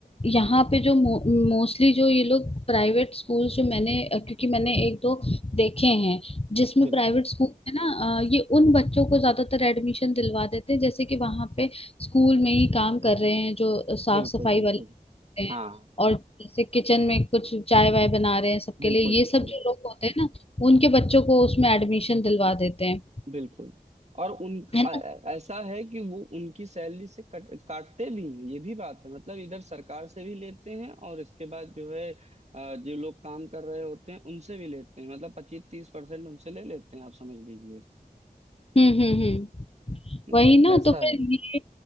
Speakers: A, on the left; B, on the right.
A: यहाँ पे जो मोस्टली जो ये लोग प्राइवेट स्कूल जो मैंने अ, क्योंकि मैंने एक दो देखे हैं जिसमें
B: बिल्कुल
A: प्राइवेट स्कूल में ना अ, ये उन बच्चों को ज्यादातर एडमिशन दिलवा देते हैं जैसे कि वहां पे स्कूल में ही काम कर रहे हैं जो साफ
B: बिल्कुल
A: सफाई
B: बिल्कुल
A: वाले होते हैं
B: हाँ
A: और जैसे किचन में कुछ चाय वाय बना रहे हैं सबके
B: बिल्कुल
A: लिए
B: बिल्कुल
A: ये सब जो लोग होते हैं ना उनके बच्चों को उसमें एडमिशन दिलवा देते हैं
B: बिल्कुल और उन
A: है ना
B: आ- ऐसा है कि वो उनकी सैलरी से कट, काटते भी हैं ये भी बात है मतलब इधर सरकार से भी लेते हैं और इसके बाद जो है अ, जो लोग काम कर रहे होते हैं उनसे भी लेते हैं मतलब पच्चीस तीस परसेंट उनसे ले लेते हैं आप समझ लीजिए
A: हम्म हम्म हम्म
B: मतलब
A: वही ना
B: ऐसा
A: तो फिर
B: है
A: ये